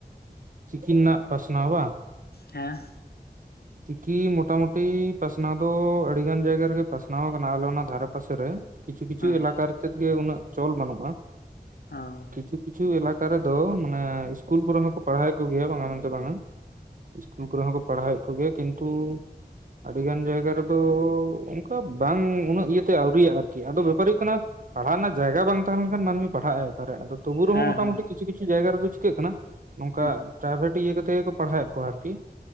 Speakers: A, on the right (about 55°); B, on the left (about 70°).
A: ᱪᱤᱠᱤ ᱨᱮᱱᱟᱜ ᱯᱟᱥᱱᱟᱣᱟ ᱵᱟᱝ?
B: ᱦᱮᱸ᱾
A: ᱪᱤᱠᱤ ᱢᱚᱴᱟᱢᱩᱴᱤ ᱯᱟᱥᱱᱟᱣ ᱫᱚ ᱟᱹᱰᱤ ᱜᱟᱱ ᱡᱟᱭᱜᱟ ᱨᱮᱜᱮ ᱯᱟᱥᱱᱟᱣ ᱠᱟᱱᱟ ᱟᱞᱮ ᱚᱱᱟ ᱫᱷᱟᱨᱮ ᱯᱟᱥᱮ ᱨᱮ᱾ ᱠᱤᱪᱷᱩ ᱠᱤᱪᱷᱩ
B: ᱦᱮᱸ
A: ᱮᱞᱟᱠᱟ ᱨᱮᱛᱮᱫ ᱜᱮ ᱩᱱᱟᱹᱜ ᱪᱚᱞ ᱵᱟᱹᱱᱩᱜ-ᱟ᱾
B: ᱦᱚᱸ᱾
A: ᱠᱤᱪᱷᱩ ᱠᱤᱪᱷᱩ ᱮᱞᱟᱠᱟ ᱨᱮᱫᱚ ᱢᱟᱱᱮ ᱤᱥᱠᱩᱞ ᱠᱚᱨᱮ ᱦᱚᱸᱠᱚ ᱯᱟᱲᱦᱟᱣᱮᱫ ᱠᱚᱜᱮᱭᱟ ᱵᱟᱝᱟ ᱢᱮᱱᱛᱮ ᱵᱟᱝᱟ᱾ ᱤᱥᱩᱞ ᱠᱚᱨᱮ ᱦᱚᱸᱠᱚ ᱯᱟᱲᱦᱟᱣᱮᱫ ᱠᱚᱜᱮᱭᱟ ᱠᱤᱱᱛᱩ ᱟᱹᱰᱤ ᱜᱟᱱ ᱡᱟᱭᱜᱟ ᱨᱮᱫᱚ ᱚᱝᱠᱟ ᱵᱟᱝ, ᱩᱱᱟᱹᱜ ᱤᱭᱟᱹᱛᱮ ᱟᱹᱣᱨᱤᱭᱟ ᱟᱨᱠᱤ᱾ ᱟᱫᱚ ᱵᱮᱯᱟᱨ ᱦᱩᱭᱩᱜ ᱠᱟᱱᱟ ᱯᱟᱲᱦᱟᱣ ᱨᱮᱱᱟᱜ ᱡᱟᱭᱜᱟ ᱵᱟᱝ ᱛᱟᱦᱮᱸ ᱞᱮᱱᱠᱷᱟᱱ ᱢᱟᱹᱱᱢᱤ ᱯᱟᱲᱦᱟᱜ-ᱟᱭ ᱚᱠᱟ ᱨᱮ? ᱟᱫᱚ ᱛᱚᱵᱩ ᱨᱮᱦᱚᱸ
B: ᱦᱮᱸ
A: ᱢᱚᱴᱟᱢᱩᱴᱤ
B: ᱦᱮᱸ
A: ᱠᱤᱪᱷᱩ ᱠᱤᱪᱷᱩ ᱡᱟᱭᱜᱟ ᱨᱮᱫᱚ ᱪᱤᱠᱟᱹᱜ ᱠᱟᱱᱟ ᱱᱚᱝᱠᱟ
B: ᱦᱮᱸ
A: ᱯᱨᱟᱭᱵᱷᱮᱴ ᱤᱭᱟᱹ ᱠᱟᱛᱮ ᱜᱮᱠᱚ ᱯᱟᱲᱦᱟᱣᱮᱫ ᱠᱚᱣᱟ ᱟᱨᱠᱤ᱾